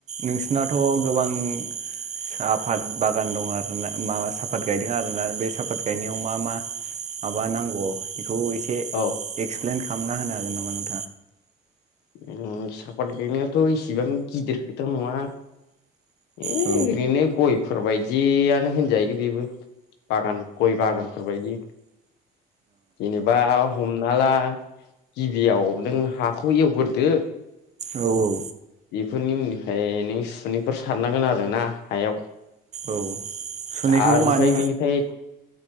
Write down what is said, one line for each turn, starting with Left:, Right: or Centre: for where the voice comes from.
Right: नोंसिनाथ' गोबां साफाद बागान दं आरोना मा साफत गायदों आरोना बे साफात गायनायाव मा मा माबा नांगौआव बेखौ एसे
Left: औ
Right: एक्सप्लेन खालामना होनो हागोन नामा नों?
Left: ओम सापात गैनायाथ' इसिबां गिदिर खोथा नङा है
Right: औ
Left: ओरैनो गयफोरबायदियानो होनजायो बेबो बागान गय बागानफोरबायदि जेनेबा हमनाला गिबियाव नों हाखौ एवग्रोदो।
Right: औ औ
Left: बेफोरनि उननिफ्राय नों सुनैफोर सारनांगोन आरो ना। हायाव
Right: औ सुनैखौ
Left: आरो ओमफ्राय
Right: मानि
Left: बिनिफ्राय